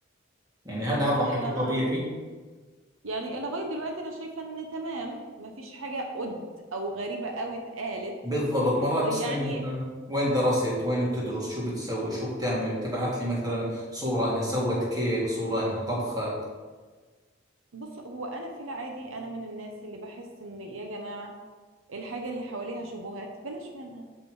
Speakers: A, on the right; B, on the right.
A: يعني هل
B: والله
A: هذا حكي
B: اللي
A: طبيعي؟
B: انا يعني لغاية دلوقتي أنا شايفة إن تمام مفيش حاجة قد أو غريبة أوي اتقالت
A: بالضبط
B: بس
A: مرات
B: يعني
A: تسألني مثلا وين درست وين بتدرس شو بتسوي شو بتعمل تبعث لي مثلا صورة انها سوت كيك صورة انها طبخت
B: بص هو أنا في العادي أنا من الناس اللي بحس إن يا جماعة الحاجة اللي حواليها شبهات بلاش منها